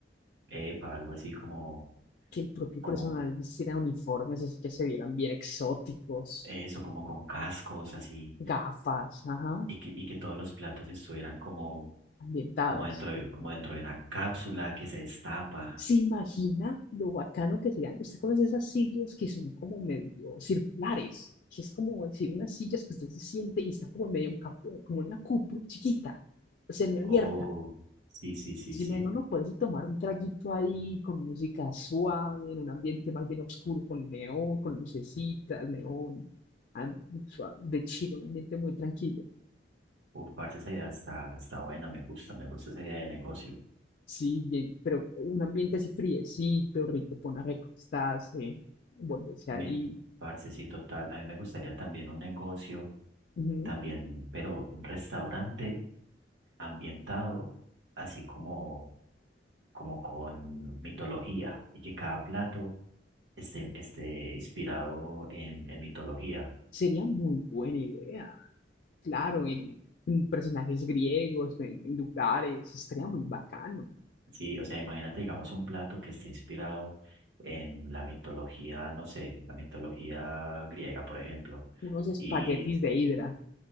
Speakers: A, on the right (about 80°); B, on the left (about 50°).
A: epa, algo así como,
B: que el propio
A: como
B: personal vistiera uniformes así que se vieran bien exóticos,
A: eso, como con cascos, así,
B: gafas, ajá,
A: y que, y que todos los platos estuvieran como,
B: ambientados.
A: como dentro de, como dentro de una cápsula que se destapa.
B: ¿Se imagina lo bacano que serían? ¿Usted conoce esas sillas que son como medio circulares? Que es como decir unas sillas que usted se siente y está como en medio un capó- como una cúpula chiquita, semiabierta.
A: Oh, sí, sí, sí,
B: Si
A: sí.
B: menos no puedes tomar un traguito ahí con música suave, en un ambiente más bien oscuro, con neón, con lucecitas, neón, am- sua- de chill, un ambiente muy tranquilo.
A: Uf, parce, esa idea está, está buena, me gusta, me gusta esa idea de negocio.
B: Sí, bien, pero un ambiente así friecito, rico, pon a recostarse, volverse
A: A
B: ahí.
A: mí, parce, sí, total. A mí me gustaría también un negocio,
B: Ujú.
A: también, pero un restaurante ambientado, así como, como con mitología, y que cada plato esté, esté inspirado en, en mitología.
B: Sería muy buena idea, claro, en, en personajes griegos, en, en lugares, estaría muy bacano.
A: Sí, o sea, imagínate, digamos, un plato que esté inspirado en la mitología, no sé, la mitología griega, por ejemplo,
B: Unos espaguetis
A: y,
B: de hidra.